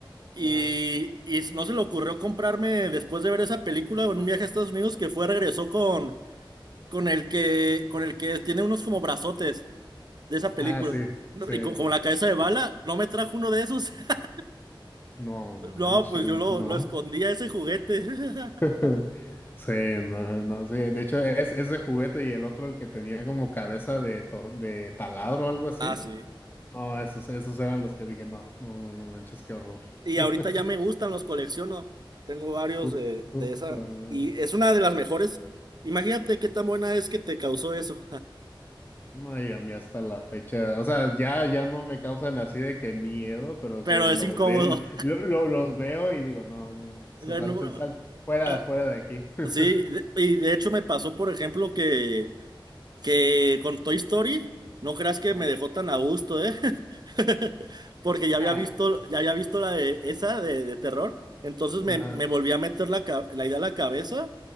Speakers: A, on the right (about 50°); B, on the left (about 20°).
A: y,
B: ajá.
A: y no se le ocurrió comprarme después de ver esa película en un viaje a Estados Unidos que fue, regresó con, con el que, con el que tiene unos como brazotes. de esa película.
B: Ah, sí,
A: No,
B: sí,
A: y co-
B: sí.
A: como la cabeza de bala, no me trajo uno de esos. <laughs>
B: no manches,
A: No, pues yo lo,
B: no.
A: lo escondía ese juguete. <laughs>
B: <laughs> Sí, no, no, sí, de hecho es ese juguete y el otro el que tenía como cabeza de, tor- de taladro o algo así.
A: Ah, sí.
B: No, esos, esos eran los que dije, no, no, no, no manches, qué horror.
A: Y
B: <laughs>
A: ahorita ya me gustan, los colecciono. Tengo varios
B: Put-
A: de,
B: Puta.
A: de esa. Y es una de las mejores. Imagínate qué tan buena es que te causó eso.
B: No, y a mí hasta la fecha, o sea, ya, ya no me causan así de que miedo,
A: <laughs>
B: pero sí,
A: Pero
B: los
A: es incómodo.
B: veo, lo- lo- los veo y digo, no, no,
A: <laughs>
B: se salte,
A: No,
B: salte, fuera
A: ah,
B: de, fuera de aquí. <laughs>
A: Sí, de- y de hecho me pasó, por ejemplo, que, que con Toy Story, no creas que
B: Ajá.
A: me dejó tan a gusto, ¿eh? <laughs> Porque ya había
B: Ah,
A: visto, ya había visto la de esa de, de terror. Entonces me,
B: ajá,
A: me volví a meter la, ca- la idea a la cabeza